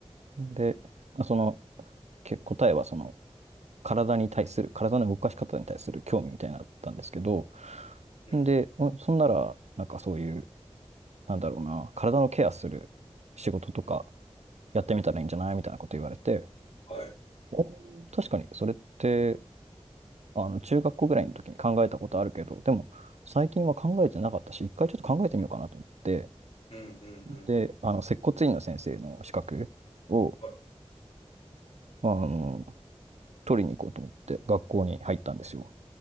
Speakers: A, on the right; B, on the left.
A: で、
B: うん
A: まあその、け答えはその、体に対する、体の動かし方に対する興味みたいになのだったんですけど、
B: うん
A: で、おそんなら、なんかそういう、なんだろうな、体のケアする仕事とかやってみたらいいんじゃないみたいなこと言われて、
B: はい。
A: お確かにそれって、あの、中学校ぐらいの時に考えたことあるけど、でも、最近は考えてなかったし、一回ちょっと考えてみようかなと思って、
B: うんうんうんうん。
A: で、あの、接骨院の先生の資格を、
B: はい。
A: まあの、取りに行こうと思って、学校に入ったんですよ。